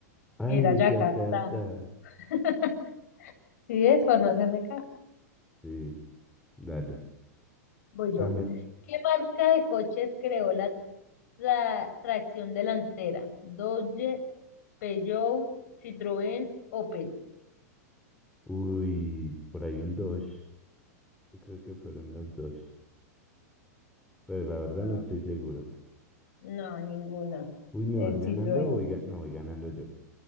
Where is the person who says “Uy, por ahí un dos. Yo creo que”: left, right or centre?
Centre